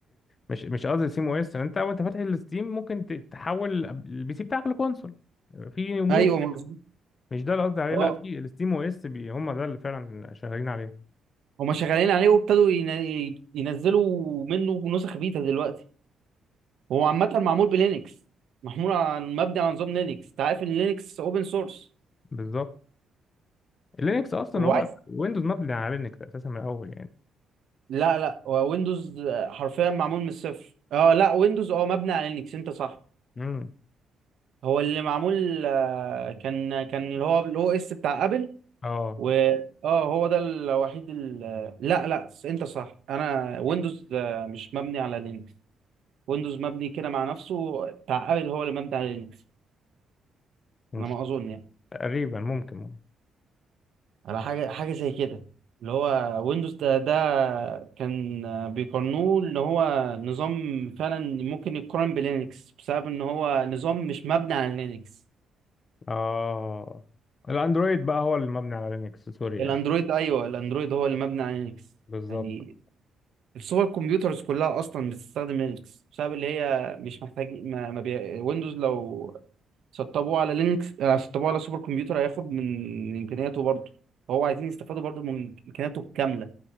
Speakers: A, on the left; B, on the right.
A: مش مش قصدي ستيم او اس انت وانت فاتح الستيم ممكن ت- تحول البي سي بتاعك لكونسول في مود
B: ايوه مظبوط
A: مش ده اللي قصدي عليه
B: اه
A: لا في الستيم او اس بي هم ده اللي فعلا شغالين عليه
B: هما شغالين عليه وابتدوا ين- ينزلوا منه نسخ بيتا دلوقتي هو عامة معمول بلينكس محمول على مبني على نظام لينكس انت عارف ان لينكس اوبن سورس
A: بالظبط لينكس اصلا
B: هو
A: هو
B: عايز
A: ويندوز مبني على لينكس اساسا من الاول يعني
B: لا لا هو ويندوز حرفيا معمول من الصفر اه لا ويندوز اه مبني على لينكس انت صح
A: امم
B: هو اللي معمول آه، كان كان اللي هو الاو اس بتاع ابل
A: اه
B: و اه هو ده الوحيد ال... لا لا انت صح انا ويندوز آه، مش مبني على لينكس ويندوز مبني كده مع نفسه بتاع ابل هو اللي مبني على لينكس
A: مش
B: انا ما اظن يعني
A: تقريبا ممكن
B: على حاجة حاجة زي كده اللي هو ويندوز ده, ده كان بيقارنوه ان هو نظام فعلا ممكن يتقارن بلينكس بسبب ان هو نظام مش مبني على لينكس
A: اه الاندرويد بقى هو اللي مبني على لينكس سوري
B: الاندرويد
A: يعني
B: ايوه الاندرويد هو اللي مبني على لينكس
A: بالظبط
B: يعني السوبر كمبيوترز كلها اصلا بتستخدم لينكس بسبب اللي هي مش محتاج ما, ما بي... ويندوز لو سطبوه على لينكس آه، سطبوه على سوبر كمبيوتر هياخد من من امكانياته برضه فهو عايزين يستفادوا برضه من امكانياته الكاملة